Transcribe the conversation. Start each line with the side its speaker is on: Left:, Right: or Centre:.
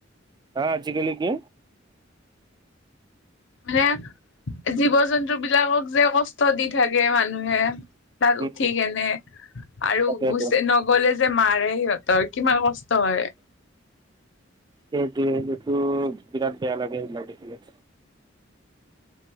Right: অজিকাল কি?
Left: মানে জীৱ জন্তু বিলাকক যে কষ্ট দি থাকে মানুহে। তাত
Right: উম
Left: উঠি কেনে আৰু
Right: তাকেইতো
Left: গুচ নগলে যে মাৰে সিহঁতৰ কিমান কষ্ট হয়।
Right: সেইটোৱেটো বিৰাট বেয়া লাগে সেইবিলাক দেখিলে।